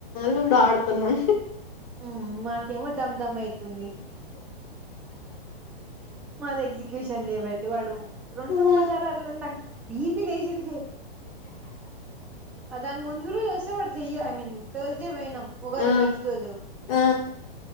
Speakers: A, on the left; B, in the centre.
A: లూడో ఆడుతున్నాం
B: ఉం మాకేమో దమ్దమ్ అయితుంది మాది ఎగ్జిక్యూషన్ చేయబట్టి వాడు రెండు
A: ఆ,
B: మూడు సార్లు అట్ల నాకు బీపి లేజిందె అ దాన్ముందురొజ్ జు చేయరు ఐమీన్ త్ర్సడై పోయినాం ఉగాది
A: ఆ,
B: నెక్స్ట్ రోజు
A: ఆ.